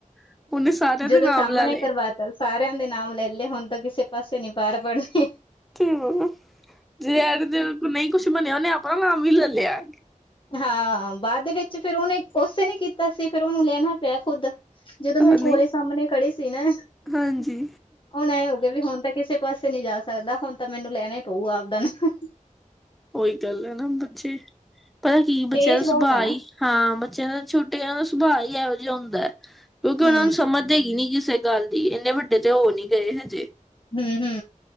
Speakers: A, in the centre; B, on the left (about 40°).
A: ਉਹਨੇ ਸਾਰਿਆਂ
B: ਜਦੋਂ
A: ਦੇ ਨਾਮ
B: ਸਾਮਣੇ
A: ਲੈ ਲਏ
B: ਕਰਵਾ ਸਾਰਿਆਂ ਦੇ ਨਾਮ ਲੈ ਲਏ, ਹੁਣ ਤਾਂ ਕਿਸੇ ਪਾਸੇ ਨੀ ਪੈਰ ਵਰਨੇ।
A: ਠੀਕ ਹੂੰ ਜੇ ਏਟ ਦੀ ਐਂਡ ਨਹੀਂ ਕੁਛ ਬਣਿਆ, ਉਹਨੇ ਆਪਣਾ ਨਾਮ ਵੀ ਲੈ ਲਿਆ।
B: ਹਾਂ ਬਾਅਦ ਵਿੱਚ ਫੇਰ ਉਹਨੇ ਕੁਛ ਨਹੀਂ ਕੀਤਾ ਸੀ, ਫੇਰ ਉਹਨੂੰ ਲੈਣਾ ਪਿਆ ਖੁਦ। ਜਦੋਂ ਮੈਂ
A: ਆ ਨਹੀਂ
B: ਕੋਲੇ ਸਾਹਮਣੇ ਖੜੀ ਸੀ ਨਾ
A: ਹਾਂਜੀ।
B: ਹੁਣ ਐਂ ਹੋ ਗਿਆ ਵੀ ਹੁਣ ਤਾਂ ਕਿਸੇ ਪਾਸੇ ਨੀ ਜਾ ਸਕਦਾ, ਹੁਣ ਤਾਂ ਮੈਨੂੰ ਲੈਣਾ ਪਊਗਾ ਆਪਦਾ ਨਾਂ।
A: ਉਹੀ ਗੱਲ ਹੈ ਨਾ ਬੱਚੇ, ਪਤਾ ਕੀ ਬੱਚਿਆਂ
B: ਤੇਜ਼
A: ਦਾ ਸੁਭਾਅ
B: ਬਹੁਤ ਆ ਨਾ
A: ਈ ਹਾਂ ਬੱਚਿਆਂ ਦਾ ਛੋਟੇ ਦਾ ਸੁਭਾਅ ਹੀ ਇਹੋ ਜਿਹਾ ਹੁੰਦਾ, ਕਿਉਂਕਿ
B: ਹੂੰ
A: ਉਹਨਾਂ ਨੂੰ ਸਮਝਦੇ ਹੀ ਨੀ ਕਿਸੇ ਗੱਲ ਦੀ ਇੰਨੇ ਵੱਡੇ ਤੇ ਹੋ ਨੀ ਗਏ ਹਜੇ।
B: ਹੂੰ-ਹੂੰ,